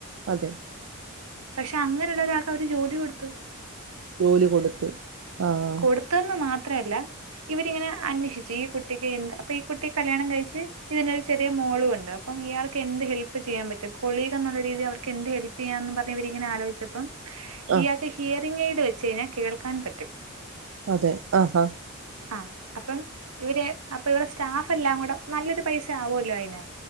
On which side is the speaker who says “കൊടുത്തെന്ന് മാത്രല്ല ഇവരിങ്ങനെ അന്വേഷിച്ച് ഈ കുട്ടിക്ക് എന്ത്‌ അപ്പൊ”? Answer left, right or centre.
Right